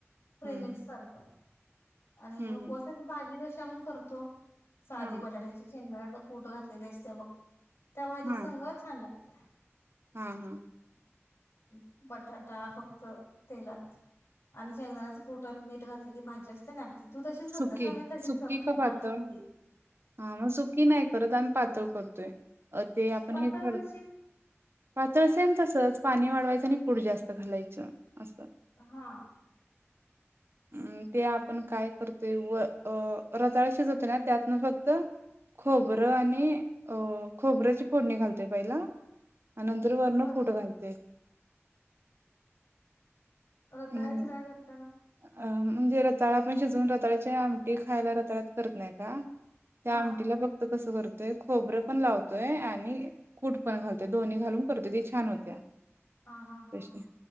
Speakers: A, on the left; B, on the right.
A: प्रेमिक्स
B: हम्म
A: सारखं आणि
B: हम्म
A: उपवासाच
B: हम्म
A: भाजी कशी ते आपण करतो. साधे
B: हा
A: बटाट्याचे शेंगदाण्या कूट घातलेली असत्या बघ. त्या भाजी
B: हा
A: संग छान लाग ते.
B: हा हा
A: <inaudible> बटाटा फक्त तेलात आणि शेंगदाण्याच कुट आणि मीठ घातलेली भाजी असते ना आपली तू तशीच करतेस
B: सुकी
A: ना मी तशीच
B: सुकी
A: करतोय
B: का पातळ
A: हा सुकी
B: हा मग सुकी नाय करत आम्ही पातळ कर तोय. अ ते आपण
A: पातळ
B: हे करत
A: कशी
B: पातळ सेम तसंच पाणी वाढवायचं आणि कुट जास्त घालायचं. असं
A: हा
B: अ ते आपण काय कर ते वळ अ रताळ शिजत ना त्यातनं फक्त खोबरं आणि अ खोबऱ्याची फोडणी घालतोय पहिला आणि नंतर वरण
A: बर
B: कुट घालतोय.
A: परतायचं
B: अम
A: काय करताना
B: अ म्हणजे रताळा पण शिजवून रताळ्याच्या आमटी खायला रताळ्यात करत नाय का? त्या
A: हा
B: आमटीला फक्त कस करत ते खोबरं पण लावतोय आणि कूट पण घालतोय दोन्ही घालून करतोय ते छान होत्या.
A: हा हा हा
B: तशी
A: हा